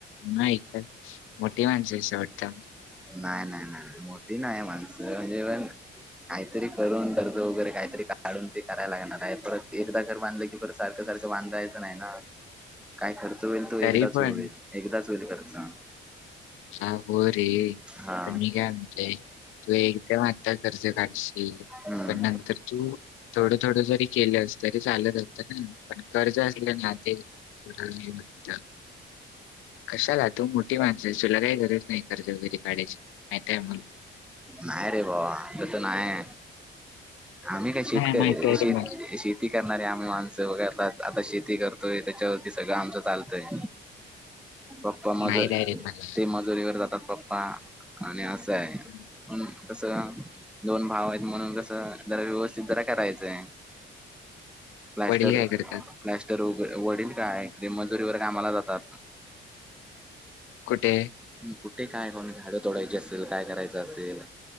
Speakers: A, on the left; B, in the centre.
A: नाही काय मोठी माणसंयसा वाटत?
B: नाही. नाही. नाही. मोठी नाही माणसं. काहीतरी करून कर्ज वगैरे काहीतरी काढून ते करायला लागणार आहे. परत एकदा घर बांधलं की- बरं सारखं सारखं बांधायचं नाही ना? काय खर्च होईल तो एकदाच
A: तरी पण
B: होईल. एकदाच होईल खर्च.
A: हा हो रे.
B: हा
A: पण म्हणते तू एकदम आता कर्ज काढशील.
B: हम्म
A: पण नंतर तू थोडं थोडं जरी केलस तरी चालत होतं ना. पण कर्ज असलं ना ते <unintelligible> कशाला तू मोठी माणसयस. तुला काही गरज नाही कर्ज वगैरे. <unintelligible>
B: नाय रे भावा. तसं नाये. आम्ही काय शेतकरीरे
A: नाही माहिती आहे रे
B: शेत
A: मला
B: शेत शेती करणारे आम्ही माणसं करतात. आता शेती करतोय त्याच्यावरती सगळं आमचं चालतंय. पप्पा माझ
A: माहिती आहे रे मला
B: ते म मजोरीवर जातात पप्पा. आणि असंय.
A: हं.
B: कसं दोन भावयेत म्हणून कसं. जरा व्यवस्थित जरा करायचंय. प्लास्टर
A: वडील काय करतात
B: प्लॅस्टर वगै, वडील काय ते मजुरीवर कामाला जातात.
A: कुठे?
B: कुठे काय कोनाची झाडं तोडायची असेल, काय करायचं असेल.